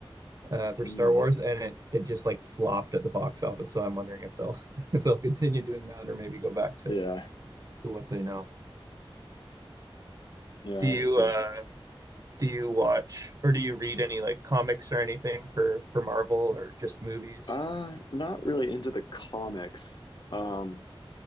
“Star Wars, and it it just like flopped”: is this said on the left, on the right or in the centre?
Right